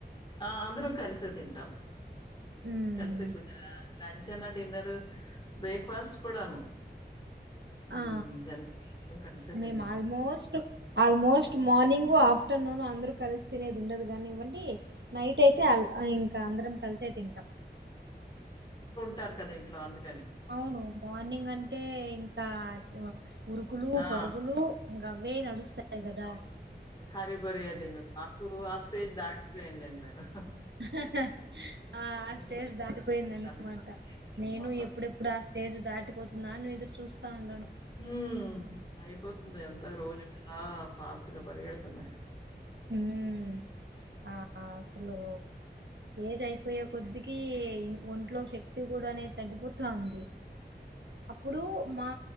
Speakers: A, on the left (about 25°); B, on the right (about 85°).
A: ఆ అందరం కలిసే తింటాం
B: ఉమ్
A: కలిసే కుడా లంచ్ అన్నా డిన్నర్ బ్రేక్ఫాస్ట్ కూడాను ఉమ్
B: ఆ
A: అందరం కలిసే తింటం
B: మేము ఆల్మోస్ట్ ఆల్మోస్ట్ మార్నింగ్ ఆఫ్టరనూన్ అందరు కలిసి తినేది ఉండదు గాని ఇవ్వండి నైట్ ట్ అయితే ల్ ఇంకా అందరం కలిసే తింటాం
A: టారు కదా ఇంట్లో అందుక్
B: అవును మార్నింగ్ అంటే ఇంకా ఉరుకులు
A: ఆ!
B: పరుగులు ఇంకా అవే నడుస్తాయి గదా
A: హరి భరి తిన్నాము మాకు ఆ స్టేజ్ దాటిపోయిందండి మేను
B: హ హ ఆ స్టేజ్
A: పెద్దోళ్ళు
B: దాటిపోయిందన్నమాట
A: కాబట్టి అంత అయిపోయింది
B: నేను
A: మాకు ఆ
B: ఎప్పుడెప్పుడు
A: స్టేజ్.
B: ఆ తెజ్ దాటిపోతుందా అన్ని ఎదురు చూస్తా ఉండాను
A: హ్మ్ అయిపోతుంది ఎంత రోజులులా ఫాస్ట్ గా పరిగెడుతున్నాయి
B: హ్మ్ ఆ అసలు ఏజ్ అయిపోయే కొద్దికి ఇంక్ ఒంట్లో శక్తి గూడ అనేది తగ్గిపోతా ఉంది ప్పుడు మా